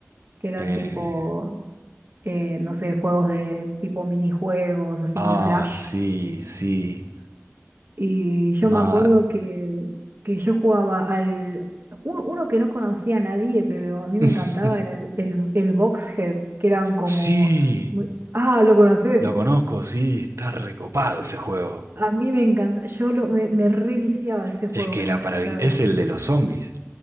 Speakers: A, on the right (about 50°); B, on the right (about 75°).
A: Que eran
B: eh,
A: tipo, eh, no sé, juegos de tipo minijuegos, así,
B: Ah,
A: Flash.
B: sí, sí.
A: Y yo
B: Ma...
A: me acuerdo que, que yo jugaba al... un- uno que no conocía a nadie, pero a mí me
B: <laughs>
A: encantaba, era el, el, el Boxhead, que eran como...
B: Sí,
A: muy- Ah, ¿lo conoces?
B: lo conozco, sí, está recopado ese juego.
A: A mí me encanta. Yo lo, me, me reviciaba ese
B: Es
A: juego,
B: que
A: me
B: era
A: encantaba.
B: para... es el de los zombies.